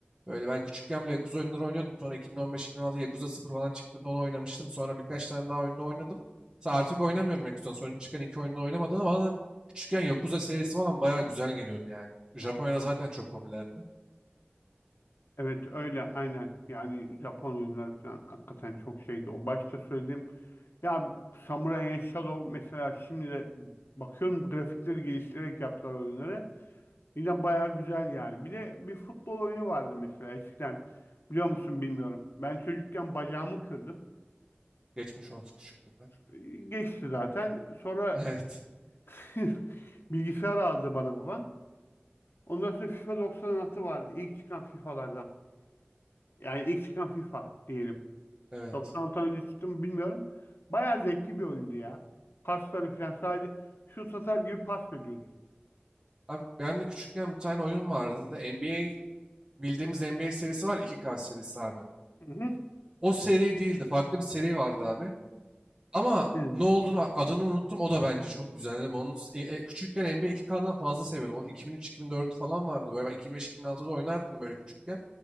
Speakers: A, on the right; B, on the left.
A: Böyle ben küçükken bile Yakuza oyunları oynuyordum. Sonra 2015-2016 Yakuza sıfır falan çıktığında onu oynamıştım. Sonra birkaç tane daha oyununu oynadım. Mesela artık oynamıyorum Yakuza'nın. Sonra çıkan iki oyununu oynamadım ama bana da küçükken Yakuza serisi falan bayağı güzel geliyordu yani. Japonya'da zaten çok popülerdi.
B: Evet öyle aynen. Yani Japon oyunları falan hakikaten çok şeydi. O başta söylediğim ya Samurai and Shadow mesela şimdi de bakıyorum grafikleri geliştirerek yaptılar oyunları. Yine bayağı güzel yani. Bir de bir futbol oyunu vardı mesela eskiden. Biliyor musun bilmiyorum. Ben çocukken bacağımı kırdım.
A: Geçmiş olsun küçüklüğünden.
B: Ee, geçti zaten. Sonra
A: <laughs> Evet.
B: <laughs> bilgisayar aldı bana babam. Ondan sonra FIFA 96 vardı. İlk çıkan FIFA'lardan. Yani ilk çıkan FIFA diyelim.
A: Evet.
B: 90 tane önce çıktı mı bilmiyorum. Bayağı zevkli bir oyundu ya. Pasları falan sadece şut atar gibi pas veriyordu.
A: Abi ben de küçükken bir tane oyun vardı. NBA bildiğimiz NBA serisi var ya, 2K serisi abi.
B: Hı hı.
A: O seri değildi. Farklı bir seri vardı abi. Ama
B: Evet.
A: ne olduğunu adını unuttum. O da bence çok güzeldi. Ben onu e, e, küçükken NBA 2K'dan fazla seviyordum. Onu 2003-2004 falan vardı. Böyle ben 2005-2006'da oynardım böyle küçükken.